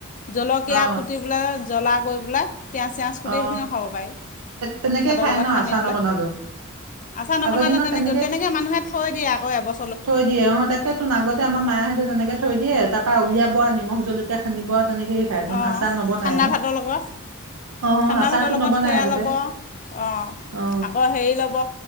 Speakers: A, on the left; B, on the right.
A: জলকীয়া
B: অ
A: কুটি পেললৈ জ্বলা কৰি পেলাই পিয়য়াজ চিয়াজ কুটি
B: অ
A: সেইখিনিও খাব পাৰি
B: তেনেকেই
A: ভাতৰ
B: খাই
A: লগত
B: ন
A: সানি
B: আচাৰ
A: বোলে
B: নবনালেও
A: আচাৰ নবনালে
B: আগৰ দিনত
A: তেনেকে
B: তেনেকেই
A: তেনেকে মানুহে থৈ দিয়ে আকৌ এবা
B: থৈ দিয়ে অ তাকে তোন আগতে আমাৰ মায়েহঁতে তেনেকে থৈ দিয়ে তাক উলিয়াব নিমখ জলকীয়া খান্িব তেনেকেই খায় তোন
A: অঁ
B: আচা নবনাই
A: ঠাণ্ডা ভাতৰ লগত
B: অ
A: ঠাণ্ডা
B: আচাৰটো
A: ভাতৰ লগত
B: নবনাই
A: সেয়া
B: আগতে
A: ল'ব অঁ
B: অ
A: আকৌ হেৰি ল'ব